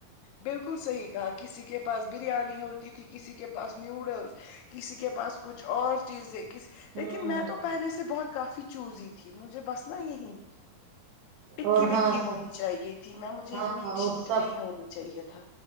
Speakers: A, on the left; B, on the right.
A: بالکل صحیح کہا کسی کے پاس بریانی ہوتی تھی کسی کے پاس نیوڈلس کسی کے پاس کچھ اور چیزیں سے
B: ہوں
A: لیکن میں تو پہے سے بہت کافی چوزی تھی مجھے بس نا یہی ٹکی
B: اور
A: وکی
B: ہاں س-
A: ہونی چاہیے میں مجھے
B: ہاں
A: یہ میٹ شیٹ
B: اور سب
A: نہیں ہونی چاہیے تھا